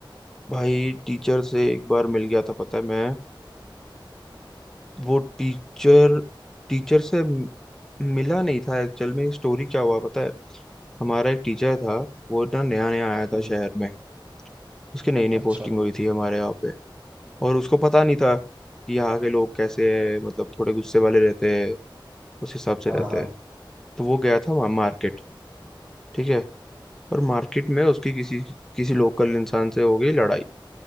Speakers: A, in the centre; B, on the right.
A: भाई टीचर से एक बार मिल गया था पता है मैं वो टीचर टीचर से म- मिला नहीं था एक्चुअल में स्टोरी क्या हुआ पता है हमारा एक टीचर था वो ना नया नया आया
B: हम्म
A: था शहर में उसकी नई नई पोस्टिंग
B: अच्छा
A: हुई थी हमारे यहाँ पे और उसको पता नहीं था कि यहाँ के लोग कैसे हैं मतलब थोड़े गुस्से वाले रहते हैं उस हिसाब से
B: हाँ
A: रहते
B: हाँ
A: हैं तो वो गया था मार्केट ठीक है और मार्केट में उसकी किसी किसी लोकल इंसान से हो गई लड़ाई